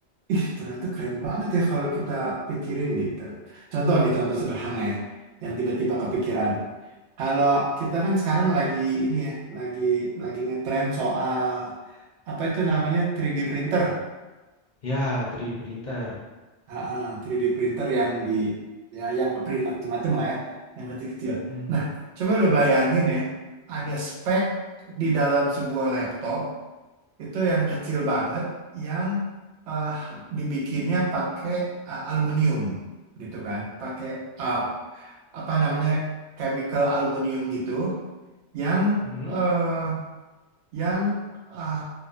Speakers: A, on the right; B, on the left.
A: ih ternyata keren banget ya kalau kita pikirin gitu. Contoh nih, contoh sederhana ya. Yang tiba-tiba kepikiran. Kalau kita kan sekarang lagi ini ya, lagi lagi ngetren soal apa itu namanya 3D printer.
B: Ya, 3D printer.
A: Ah, ah, 3D printer yang di ya yang ngeprint macam-macam lah ya, yang kecil-kecil.
B: Mm-mm.
A: Nah, coba lu bayangin ya, ada spek di dalam sebuah laptop itu yang kecil banget yang eh, dibikinnya pakai eh, aluminium gitu kan, pakai eh, apa namanya chemical aluminium gitu yang
B: Mm-mm.
A: eh, yang ah,